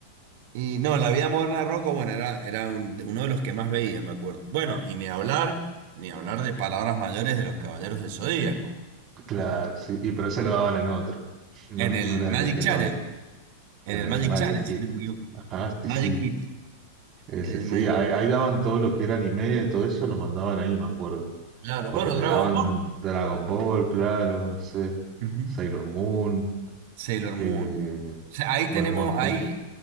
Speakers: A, on the right; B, on the right.
A: Y no, La Vida Moderna de Rocco, bueno, era, era un- uno de los que más veía, me acuerdo. Bueno, y ni hablar, ni hablar de palabras mayores de los Caballeros del Zodíaco.
B: Claro, sí, y pero ese lo daban en otro. No,
A: En el
B: no era
A: Magic
B: de Nickelodeon,
A: Channel. En
B: en
A: el
B: el
A: Magic
B: Magic
A: Channel,
B: Kid.
A: si no me equivoco.
B: Ajá, sí,
A: Magic
B: sí.
A: Kids.
B: Ese
A: En el
B: sí,
A: Magic.
B: ahí, ahí daban todo lo que era anime, todo eso lo mandaban ahí, me acuerdo.
A: Claro,
B: Porque
A: bueno,
B: te
A: Dragon
B: daban
A: Ball.
B: Dragon Ball, claro, no sé,
A: Ujú.
B: Sailor Moon,
A: Sailor
B: eh,
A: Moon. O sea, ahí
B: bueno,
A: tenemos,
B: un montón.
A: ahí